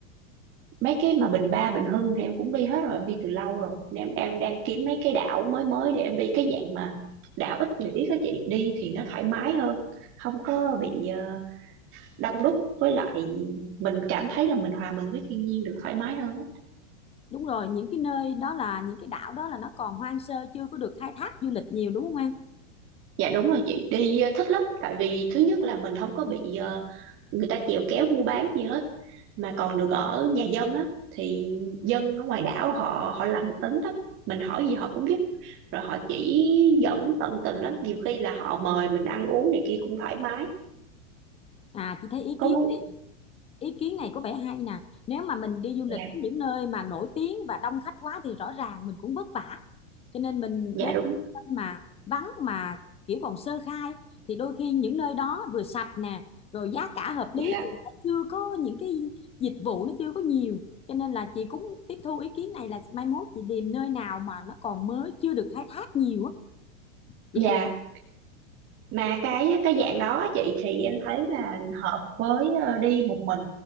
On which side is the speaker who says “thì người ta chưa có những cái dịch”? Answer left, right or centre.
Left